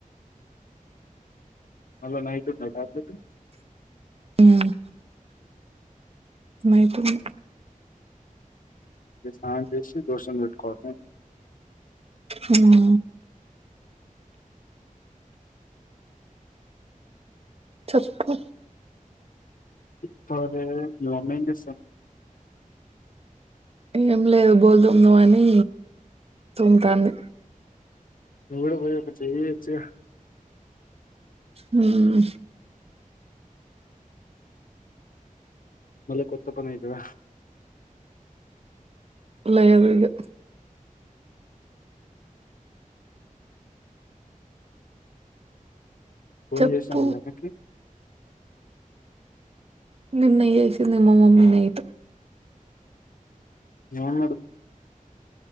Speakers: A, on the left (about 75°); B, on the right (about 45°).
A: మల్లా నైట్ ఉందా ట్యాబ్లేటు
B: మ్మ్ నైటుంది
A: స్నానం చేసి దోషం పెట్టుకోవాల
B: మ్మ్ చెప్పు
A: ఇప్పుడు లేదే మార్నింగ్ ఇస్తా
B: ఏం లేదు బోలు తొముదామని తోముతాంది
A: నువు గూడా పోయి ఒక చేయ్ ఎయ్యొచ్చుగా
B: మ్మ్
A: మళ్ళ కొత్త పనయితదా
B: లేదుగా
A: ఫోన్
B: చెప్పు
A: చేసినవా మీ అమ్మకి
B: నిన్న చేసింది మా మమ్మీ నైట్
A: ఏమన్నాడు